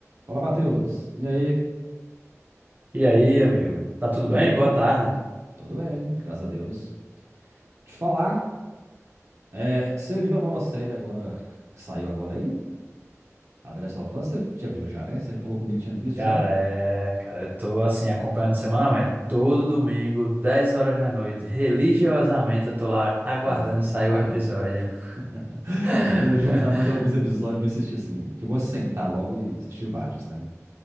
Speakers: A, on the right; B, on the right.
A: Fala, Matheus. E aí?
B: E aí, amigo? Tá tudo
A: Tudo
B: bem?
A: bem?
B: Boa tarde.
A: Tudo bem, graças a Deus. Te falar, é, você viu a nova série agora, que saiu agora aí? A The Last of Us, você já viu já, né? Você falou comigo que tinha visto
B: Cara,
A: já?
B: é, cara, eu tô assim acompanhando semanalmente, todo domingo, 10 horas da noite, religiosamente eu tô lá aguardando
A: Tô lá,
B: sair
A: aguardando.
B: o episódio.
A: <laughs>
B: <laughs>
A: Eu tô esperando juntar mais alguns episódios e assistir assim. que Eu gosto de sentar logo e assistir vários, né?